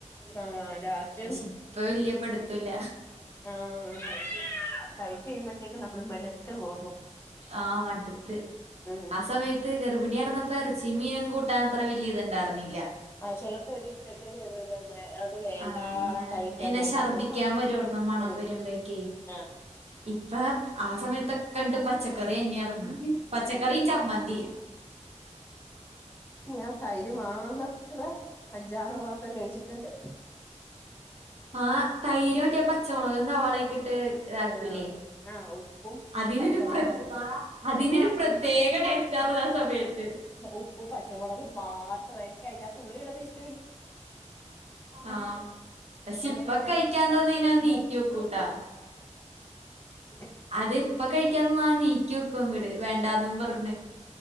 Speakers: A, on the left; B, on the right.
A: ആഹ് ലാസ്റ്റ്
B: പക്ഷെ ഇപ്പ വല്ല്യ പിടുത്തല്ല
A: ആഹ് കഴിച്ച് കഴിയുമ്പോഴത്തേക്കും നമ്മൾ മടുത്തു പോകും
B: ആഹ് മട്ത്ത്
A: ഉം
B: ആ സമയത്ത് ത്ത് ഗർഭിണി ആയിരുന്നപ്പ ഇറച്ചിയും മീനും കൂട്ടാൻ അത്ര വലിയ ഇത് ഇണ്ടായിരുന്നില്ല
A: ആഹ് ചെലപ്പോ ഒരു <unintelligible> അത് വേണ്ട
B: ആഹ് ഇങ്ങനെ
A: കഴിക്കാൻ
B: ഇങ്ങനെ
A: വേണ്ടാന്ന്
B: ഛർദ്ദിക്കാൻ വരുവാർന്നു മണം
A: ഉം
B: വരുമ്പഴേക്കേ
A: ആഹ്
B: ഇപ്പ ആ സമയത്തൊക്കണ്ട് പച്ചക്കറിയന്നാര്ന്ന് പച്ചക്കറിയും ചമ്മന്തി
A: ഞാൻ തൈര് മാത്രം അഞ്ചാറ് മാ സം കഴിച്ചിട്ടുണ്ട്
B: ആഹ് തൈര് മറ്റേ പച്ചമുളക് സവാളയൊക്കെ ഇട്ട് ഇതാക്കൂല്ലേ
A: ആ ആ ഉപ്പും
B: അതിനൊരു
A: പച്ചമുളക്
B: പ്ര അതിനൊരു പ്രത്യേക ടേസ്റ്റാണല്ലോ ആ സമയത്ത്
A: ഉപ്പും പച്ചമുളകും മാത്രം എനിക്ക് അതിനകത്ത് ഉള്ളി ഇട്ന്നെ ഇഷ്
B: ആഹ് പക്ഷെ
A: അങ്ങനെയായിരുന്നു
B: ഇപ്പൊ കഴിക്കാൻ തന്നെയ്നാ ഞാൻ നീക്കി വെക്കൂട്ടാ
A: ചിക
B: അത് ഇപ്പ കഴിക്കാൻത്തന്ന നീക്കി വെക്കും അങ്ങട് വേണ്ടാന്നും പറഞ്ഞ്